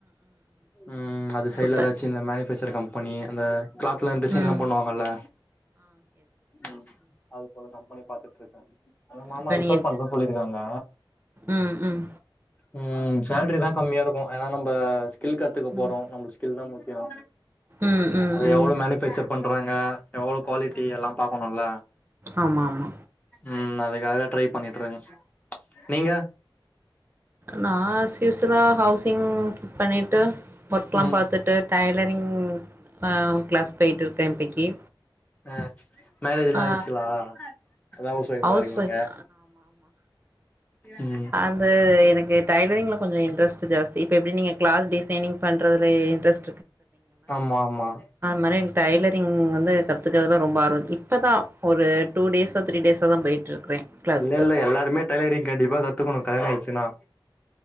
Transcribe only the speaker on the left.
ம் அது சைட்ல
ஏதாச்சு இந்த மேனிஃபேக்சர் கம் ப்பனி அந்த க்ளாத்லா டிசைன்லா
பண்ணுவாங்கல்ல ம் அது போலதா <unintelligible> பாத்துட்ருக்க மாமா
ரிஃபர்
பண்ற சொல்லியிருக்காங்க
ம் சேலரி தா கம்மியா இருக்கு ஏா நம்ப ஸ்கில் கத்துக்க போறோ
நம்மல்க்கு ஸ்கில் தா முக்கியோ
அது
எவ்ளோ மேனுபேக்சர் பண்றாங்க எவ்ளோ குவாலிட்டி எல்லா பாக்கணுல
ம் அதுக்காக ட்ரை பண்ணிட்ருக்கே நீங்க
ம்
அ மேரேஜ்ல்லா
ஆய்டுச்சுல அதா அவுஸ் ஃவொய்ப்பா
இருக்கீங்க
ம்
ஆமா ஆமா
இல்ல இல்ல எல்லாருமே டைலரிங் கண்டிப்பா கத் கத்துக்கணு கல்யாணோ ஆய்ச்சுன்னா